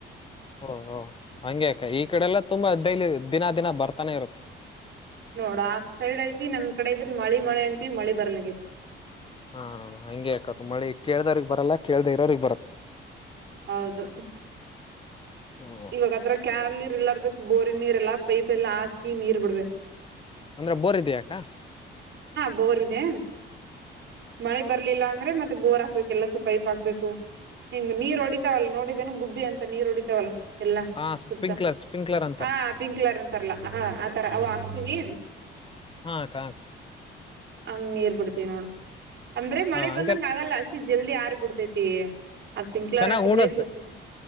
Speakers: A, on the left; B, on the right.
A: ಓ ಹೊ ಹಂಗೆ ಅಕ್ಕಾ ಈ ಕಡೆ ಎಲ್ಲಾ ತುಂಬಾ ಡೈಲಿ ದಿನಾ ದಿನ ಬರ್ತಾನೆ ಇರುತ್ತೆ
B: ನೋಡ ಆ ಸೈಡ್ ಐತಿ ನಮ್ ಕಡೆ ಇದ್ರ ಮಳಿ ಮಳಿ ಅಂತೀವಿ ಮಳಿ ಬರಲ್ಲಾಗೇತಿ
A: ಹಾ ಹಂಗೆ ಅಕ್ಕಾ ಮಳಿ ಕೇಳ್ದವ್ರಗ್ ಬರಲ್ಲ ಕೇಳ್ದೆ ಇರೋವ್ರಿಗ ಬರತ್ತ
B: ಹೌದು
A: ಓ
B: ಇವಾಗ ಅದ್ರಾಗ ಕ್ಯಾಲ್ಲಿರ್ ಇಲ್ಲಾರದಕ್ ಬೋರ್ ನೀರೆಲ್ಲಾ ಪೈಪ್ ಎಲ್ಲಾ ಹಾಕಿ ನೀರ್ ಬಿಡ್ಬೇಕು
A: ಅಂದ್ರೆ ಬೋರ್ ಇದಿಯಾ ಅಕ್ಕಾ
B: ಬೋರ್ ಇದೆ ಮಳಿ ಬರ್ಲಿಲ್ಲ ಅಂದ್ರೆ ಮತ್ತೆ ಬೋರ್ ಹಾಕ್ಬೇಕ ಎಲ್ಲ ಸೊಪೈಪ್ ಹಕ್ಬೇಕು ಹಿಂಗ ನೀರ್ ಹೊಡಿತಾವಲ್ಲ ನೋಿದೇ ಗುಬ್ ಅಂತ ನೀರು ಹೊಡಿತಾವಲ್ಲ ಎಲ್ಲಾ
A: ಹಾ ಸ್ಪಿಂಕ್ಲರ್
B: ಸುತ್ತ
A: ಸ್ಪಿಂಕ್ಲರ್ ಅಂತಾರ
B: ಹ ಪಿಂಕ್ ಕಲರ್ ಅಂತಾರಲ್ಲಾ ಹ ಆತರ ಅವು ಹಾಕ್ತೀವಿ
A: ಹಾಕ್ಕ
B: ಹಂಗ ನೀೀರ್ ಬಿಡ್ತೀವಿ ನೋಡು ಅಂದ್ರೆ ಮಳೆ
A: ಹಾ
B: ಬಂದಂಗ
A: ಅಂಕಲ್
B: ಆಗಲ್ಲ ಅಷ್ಟ ಜಲ್ದಿ ಆರ್ ಬಿಿಡ್ತೈತಿ ಅದ್ ಪಿಂಕ್ ಕಲರ್
A: ಚೆನ್ನಾಗ್
B: ಹಾಕಿದ್ರೆ
A: ಉಣತ್
B: ಜಲ್ದಿ